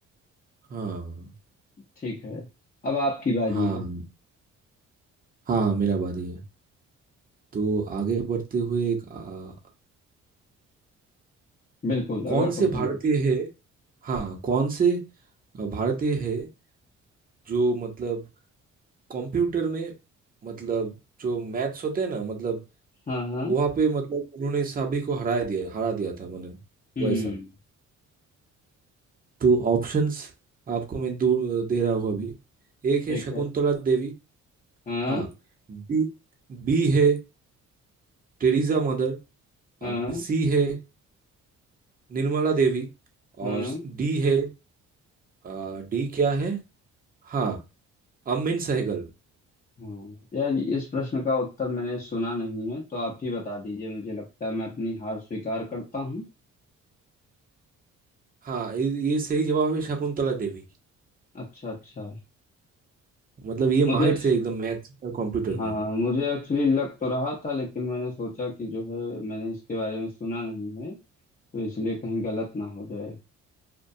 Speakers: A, on the right (about 30°); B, on the left (about 30°).
A: हाँ
B: ठीक है अब आपकी बारी
A: हाँ
B: है
A: हाँ, हाँ, मेरा बारी है तो आगे बढ़ते हुए एक आ,
B: बिल्कुल
A: कौन
B: अगला
A: से
B: क्वेश्चन
A: भारतीय
B: कुछ
A: है हाँ कौन से आ, भारतीय है जो मतलब कंप्यूटर में मतलब जो मैथ्स होते हैं ना मतलब
B: हाँ हाँ
A: वहाँ पे मतलब उन्होंने सभी को हरा दिया हरा दिया था मैंने
B: हम्म
A: वैसा तो ऑप्शंस आपको मैं दू, दे रहा हूँ अभी एक
B: ठीक
A: है शकुंतला
B: है
A: देवी
B: हाँ
A: हाँ बी बी है टेरिसा मदर
B: हाँ
A: अब सी है निर्मला देवी
B: हाँ
A: और डी है आ, डी क्या है हाँ अमिन सहगल
B: हाँ यार इस प्रश्न का उत्तर मैंने सुना नहीं है तो आप ही बता दीजिए मुझे लगता है मैं अपनी हार स्वीकार करता हूँ
A: हाँ ये ये सही जवाब है शकुंतला देवी
B: अच्छा अच्छा
A: मतलब ये
B: मुझे
A: माहिर से एकदम मैथ्स और कंप्यूटर में
B: हाँ मुझे एक्चुअली लग तो रहा था लेकिन मैंने सोचा कि जो है मैंने इसके बारे में सुना नहीं है तो इसलिए कहीं गलत ना हो जाए